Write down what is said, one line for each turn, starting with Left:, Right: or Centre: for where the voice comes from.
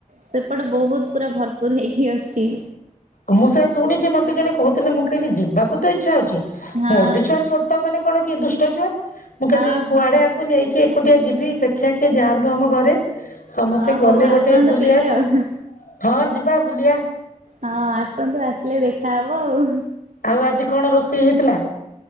Right: ସେପଟେ ବହୁତ ପୁରା ଭରପୁର ହେଇକି ଅଛି।
Left: ମୁଁ ସେୟା ଶୁଣିଛି ମତେ ଜଣେ କହୁଥିଲେ ମୁଁ କହିଲି ଯିବାକୁ ତ ଇଚ୍ଛା ହଉଛି
Right: ହଁ
Left: ମୋର ବି ଛୁଆ ଛୋ ଟ ମାନେ କଣ କି ଦୁଷ୍ଟ ଛୁଆ ମୁଁ କହିଲି
Right: ହଁ
Left: କୁଆଡେଆଙ୍କୁ
Right: ହଁ।
Left: ନେଇକି କି ଏକୁଟିଆ ଯିବି ଦେଖିଆ କିଏ ଯାଆନ୍ତୁ ଆମ ଘରେ ସମସ୍ତେ
Right: ହଁ
Left: ଗଲେ
Right: ହଉ
Left: ଗୋଟେ
Right: ଆସନ୍ତୁ
Left: ବୁଲିବାକୁ
Right: କେବେ ଆଉ
Left: ହଁ ଯିବା ବୁଲିଆ।
Right: ହଁ ଆସନ୍ତୁ ଆସିଲେ ଦେଖା ହବ ଆଉ।
Left: ଆଉ ଆଜି କଣ ରୋଷେଇ ହେଇଥିଲା?